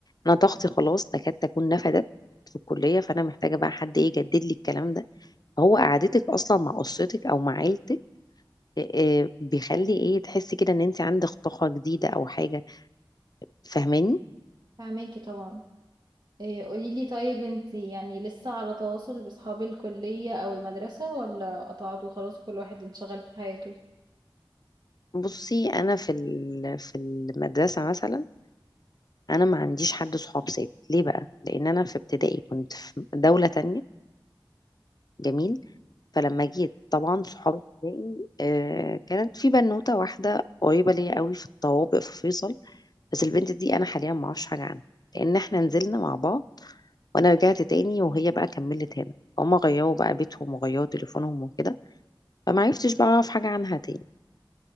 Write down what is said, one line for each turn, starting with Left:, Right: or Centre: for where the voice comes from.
Left: انا طاقتي خلاص تكاد تكون نفدت في الكلية فانا محتاجة بقى حد ايه يجدد لي الكلام ده هو قعدتك اصلا مع اسرتك او مع عيلتك آه، آه، بيخلي ايه تحسي كده ان انت عندك طاقة جديدة او حاجة فاهماني
Right: فهماكي طبعا إيه قوليلي طيب انتي يعني لسه على تواصل بأصحاب الكلية أو المدرسة ولا قطعتوا خلاص وكل واحد انشغل في حياته
Left: بصي انا في ال- في المدرسة مثلا انا ما عنديش حد صحاب ثابت ليه بقى لان انا في ابتدائي كنت في دولة تانية جميل فلما جيت طبعا صحاب ابتدائي آه كانت في بنوتة واحدة قريبة ليا قوي في الطوابق في فيصل بس البنت دي انا حاليا ما اعرفش حاجة عنها لان احنا نزلنا مع بعض وانا رجعت تاني وهي بقى كملت هنا هما غيروا بقى بيتهم وغيروا تليفونهم وكده فما عرفتش بقى اعرف حاجة عنها تاني